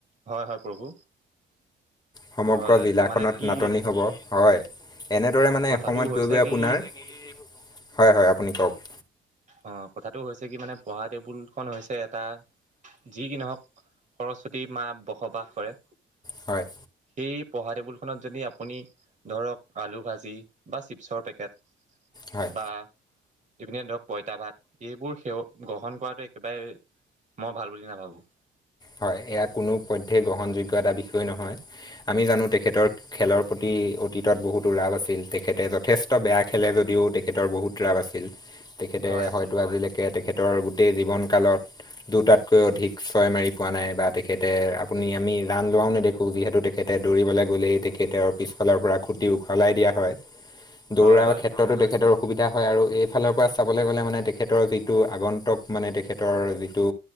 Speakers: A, on the right; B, on the left.
A: হয়, হয়, প্ৰভু।
B: সমগ্ৰ
A: হয়
B: জিলাখনত
A: মানে কি
B: নাটনি হ'ব। হয়। এনেদৰে মানে
A: কথাটো
B: এসময়ত
A: হৈছে
B: গৈ গৈ আপোনাৰ
A: কি
B: হয়, হয় আপুনি কওঁক।
A: অ, ' কথাটো হৈছে কি মানে পঢ়া টেবুলখন হৈছে এটা যি কি নহওঁক সৰস্বতী মা বসবাস কৰে।
B: হয়।
A: এই পঢ়া টেবুলখনত যদি আপুনি ধৰক আলু ভাজি বা চিপছৰ পেকেট
B: হয়।
A: বা ইভিনে ধৰক পইতা ভাত এইবোৰ সেৱ গ্ৰহণ কৰাটো একেবাৰে মই ভাল বুলি নাভাবোঁ।
B: হয়, এয়া কোনো পধ্য গ্ৰহণযোগ্য এটা বিষয় নহয় আমি জানো তেখেতৰ খেলৰ প্ৰতি অতীতত বহুতো ৰাপ আছিল তেখেতে যথেষ্ট বেয়া খেলে যদিও তেখেতৰ বহুত ৰাপ আছিল। তেখেতে
A: হয় আছিল
B: হয়তো আজিলৈকে তেখেতৰ গোটেই জীৱন কালত দুটাতকৈ অধিক ছয় মাৰি পোৱা নাই বা তেখেতে আপুনি আমি ৰাণ লোৱাও নেদেখোঁ যিহেতু তেখেতে দৌৰিবলৈ গ'লেই তেখেতেৰ পিছ ফালৰ পৰা খুটি উখলাই দিয়া হয় দৌৰাৰ
A: হয় হয়
B: ক্ষেত্ৰতো তেখেতৰ অসুবিধা হয় আৰু এইফালৰ পৰা চাবলৈ গ'লে মানে তেখেতৰ যিটো আগন্তক মানে তেখেতৰ যিটো